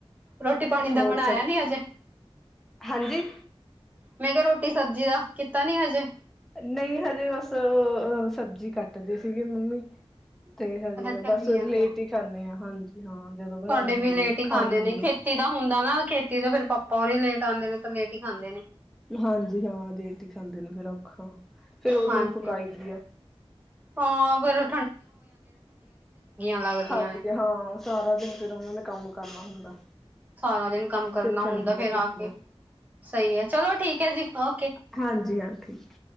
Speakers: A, on the right (about 15°); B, in the centre.
A: ਰੋਟੀ ਪਾਣੀ ਦਾ
B: ਹੋਰ
A: ਬਣਾਇਆ
B: ਸਭ
A: ਨੀ ਹਜੇ।
B: ਹਾਂਜੀ
A: ਮੈਂ ਕਿਹਾ ਰੋਟੀ ਸਬਜ਼ੀ ਦਾ ਕੀਤਾ ਨੀ ਹਜੇ।
B: ਨਹੀਂ ਹਜੇ ਬਸ ਅਹ-ਅਹ ਉਹ ਸਬਜ਼ੀ ਕੱਟਦੀ ਸੀਗੀ ਮੰਮੀ ਤੇ ਹਜੇ
A: ਅੱਛਾ ਚੱਲੀ
B: ਬਸ
A: ਜਾਂਦਾ।
B: ਲੇਟ ਹੀ ਖਾਂਣੇ ਆਂ। ਹਾਂਜੀ। ਹਾਂ ਜਦੋਂ ਬਣਾਉਣੀ
A: ਤੁਹਾਡੇ
B: ਹੁੰਦੀ
A: ਵੀ ਲੇਟ
B: ਹੈ
A: ਹੀ
B: ਖਾਣੀ
A: ਖਾਂਦੇ
B: ਹੁੰਦੀ
A: ਨੇ ਖੇਤੀ
B: ਹੈ
A: ਦਾ ਹੁੰਦਾ ਨਾ ਖੇਤੀ ਤੋਂ ਫੇਰ ਪਾਪਾ ਪੋਰੀ ਲੇਟ ਆਉਂਦੇ ਨੇ ਤਾਂ ਲੇਟ ਹੀ ਖਾਂਦੇ ਨੇ
B: ਹਾਂਜੀ ਹਾਂ ਲੇਟ ਹੀ ਖਾਂਦੇ ਨੇ ਫੇਰ ਔਖਾ ਫੇਰ ਉਦੋਂ
A: ਹਾਂਜੀ
B: ਹੀ ਪਕਾਈ ਦੀ ਐ।
A: ਹਾਂ ਬਰ। ਲੱਗਦੀਆਂ
B: ਖਾਦੀ
A: ਨੇ।
B: ਆ ਹਾਂ ਸਾਰਾ ਦਿਨ ਫੇਰ ਉਹਨਾਂ ਨੇ ਕੰਮ ਕਰਨਾ ਹੁੰਦਾ।
A: ਸਾਰਾ ਦਿਨ ਕੰਮ ਕਰਨਾ
B: ਫਿਰ ਠੰਡੀਆਂ
A: ਹੁੰਦਾ ਫੇਰ
B: ਰੋਟੀਆਂ
A: ਆ ਕੇ ਸਹੀ ਹੈ, ਚਲੋ ਠੀਕ ਹੈ ਜੀ। ਓਕੇ
B: ਹਾਂਜੀ ਹਾਂ ਠੀਕ।